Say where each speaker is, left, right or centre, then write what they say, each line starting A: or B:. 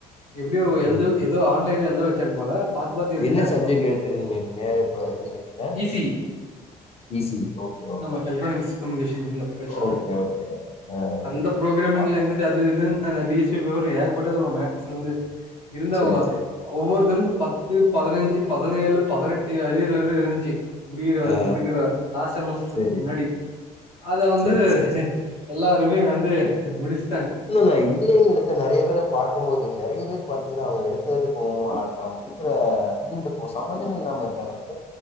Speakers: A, on the left; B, on the left.
A: எப்டியோ எழுது
B: ம்.
A: ஏதோ ஆன்லைன்ல எல் த வச்சாங்க போல பாத்து பாத்து எழுதிட்டாங்க
B: என்ன சப்ஜெக்ட்
A: எல்லா
B: எடுத்திருந்தீங்க நீங்க இப்ப இன்ஜினியரிங்ல
A: easy
B: E C E okay okay
A: ஆமா எலக்ட்ரானிக்ஸ் கம்யூனிகேஷன் இல்லப் எடுத்தாங்க
B: ஓகே, ஓகே. ஆ,
A: அந்த புரோகராமிங்
B: ஆ.
A: லாங்குவேஜ் அது இதுன் அந்த டி எஸ் பி பவர் ஏகப்பட்டது வரு மேக்ஸுந்து இருந்த
B: சரி,
A: ஒவொ
B: சரி.
A: ஒவ்வொருத்தனுக் பத்து பதனஞ்சு பதனேழு பதனெட்டு அரியர்வர இருஞ்ச்சி முடியுறவ
B: ஆ, ஆ.
A: முடிகிற லாஸ்ட் செமஸ்ட்ரு
B: சரி,
A: முன்னாடி அத வந்து
B: சரி, சரி, சரி.
A: எல்லா அதே வந்து முடிச்
B: இல்லல்ல இன்ஜினியரிங் எடுத்த நெறைய பேர பாக்கும்போது நெறைய பேர் பாத்தீங்ன்னா அவுங்க கோதுகூ அடுத்து அவுங்க இருக்ற ஃபீல்டுக்கூ சம்மந்தமே இல்லாமருக்காங்க நெனக்